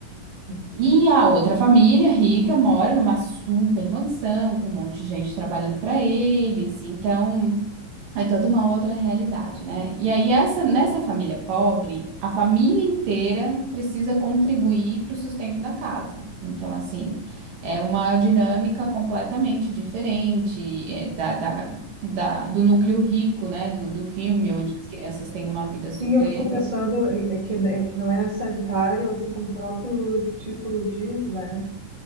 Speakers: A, on the right; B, on the right.
A: sim.
B: E a outra família rica mora numa super mansão, com um monte de gente trabalhando para eles, então. É toda uma outra realidade, né? E aí, essa, nessa família pobre, a família inteira precisa contribuir para o sustento da casa. Então, assim, é uma dinâmica completamente diferente é, da, da, da- do núcleo rico, né? Do, do filme, onde as crianças têm uma vida super.
A: Sim, eu fico pensando é é que, né, é que não é sanitário, assim como o próprio título diz, né?